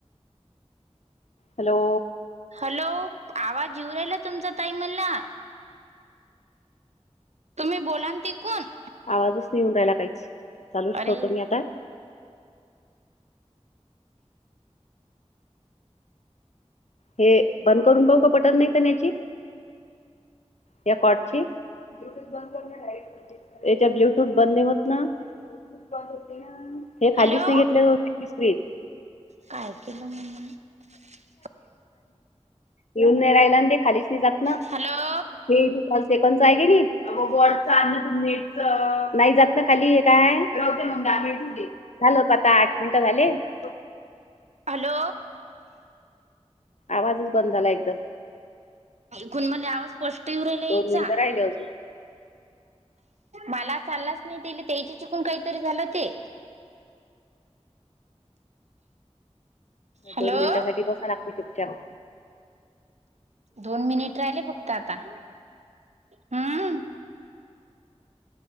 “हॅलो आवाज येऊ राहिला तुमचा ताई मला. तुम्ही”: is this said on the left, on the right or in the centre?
Right